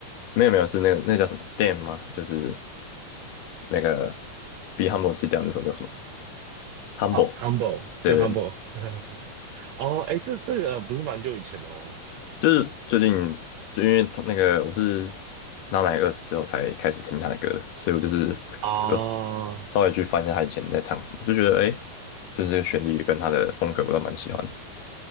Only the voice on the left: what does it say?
没有没有，是那个那个叫什么 Damn 吗？就是那个 Be Humble Sit Down 那首叫什么？Humble，
对对，
就是最近就因为他那个我是娜奶二十之后才开始听他的歌的，所以我就是
有稍微去翻一下他以前在唱什么，就觉得诶，就是这个旋律跟他的风格我都蛮喜欢的。